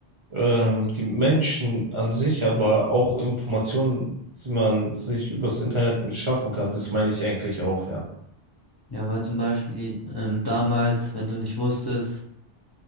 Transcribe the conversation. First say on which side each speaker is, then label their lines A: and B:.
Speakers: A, on the right; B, on the left.
A: ähm, die Menschen an sich, aber auch Informationen, die man sich übers Internet schaffen kann. Das meine ich eigentlich auch, ja.
B: Ja, weil zum Beispiel ähm, damals, wenn du nicht wusstest,